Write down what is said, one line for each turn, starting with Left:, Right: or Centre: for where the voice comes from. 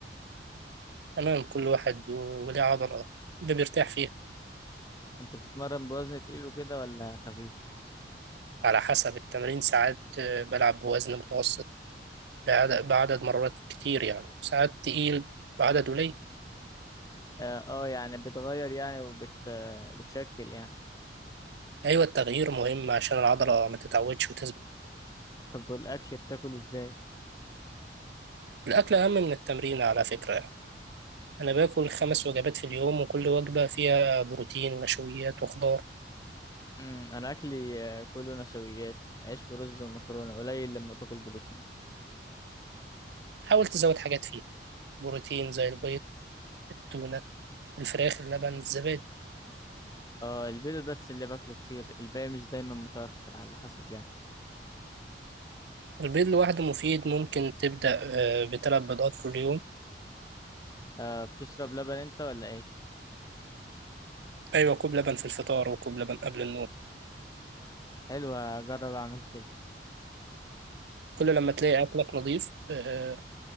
Right: تمام كل واحد و- وليه عضلة اللي بيرتاح فيها
Left: انت بتتمرن بوزن تقيل وكده ولا خفيف
Right: على حسب التمارين ساعات آه، بلعب بوزن متوسط بعدد بعدد مرات كتير يعني ساعات تقيل بعدد قليل
Left: اه آه، يعني بتغير يعني وبت آه، بتشكل يعني
Right: أيوة التغيير مهم عشان العضلة ما تتعودش وتثبت
Left: طب والاكل بتاكل ازاي
Right: الأكل أهم من التمرين على فكرة يعني. أنا باكل خمس وجبات في اليوم وكل وجبة فيها بروتين ونشويات وخضار
Left: امم انا اكلي آه، كله نشويات عيش ورز ومكرونة قليل لما باكل بروتين
Right: حاول تزود حاجات فيها بروتين زي البيض التونة الفراخ اللبن الزبادي
Left: اه البيض بس اللي باكله كتير الباقي مش دايما متوفر على حسب يعني
Right: البيض لوحده مفيد ممكن تبدأ آه، بثلاث بيضات كل يوم
Left: آه بتشرب لبن انت ولا ايه
Right: أيوة كوب لبن في الفطار وكوب لبن قبل النوم
Left: حلو اجرب اعمل كده
Right: كل لما تلاقي أكلك نظيف آه،